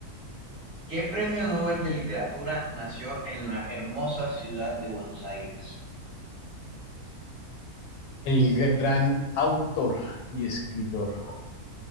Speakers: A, on the right; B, on the left.
A: ¿Qué premio Nobel de literatura nació en la hermosa ciudad de Buenos Aires?
B: El gran autor y escritor